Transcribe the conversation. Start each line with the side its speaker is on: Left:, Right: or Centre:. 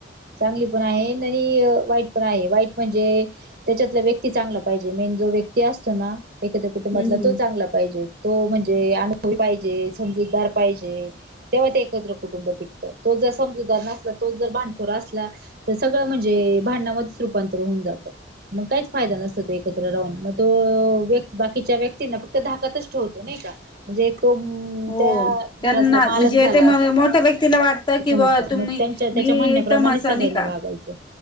Right: चांगली पण आहे आणि वाईट पण आहे वाईट म्हणजे त्याच्यातला व्यक्ती चांगला पाहिजे मेन जो व्यक्ती असतो ना एकत्र कुटुंबातला
Left: हम्म हम्म
Right: तो चांगला पाहिजे तो म्हणजे अनुभवी पाहिजे समजूदार पाहिजे तेव्हा ते एकत्र कुटुंब टिकतं तो जर समजूतदार नसला तोच जर भांडखोर आस सगळं म्हणजे भांडणामधे रुपांतर होवून जातं मग काहीच फायदा नसतो त्या एकत्र राहू मग तो बाकीच्या व्यक्तीं फक्त धाकातच ठेवतो नाही का म्हणजे तो
Left: हो
Right: त्या
Left: त्यांना
Right: घरातला मालक
Left: म्हणजे
Right: झाला
Left: ते मग
Right: असं
Left: मोठ्या व्यक्तीला वाटतं कि
Right: समजतो
Left: ब तुम्ही
Right: मग त्याच्या त्यांच्या
Left: मी
Right: म्हण
Left: एकदम
Right: प्रमाणे
Left: असं
Right: सगळ्यांनी
Left: नाही का
Right: वागायचं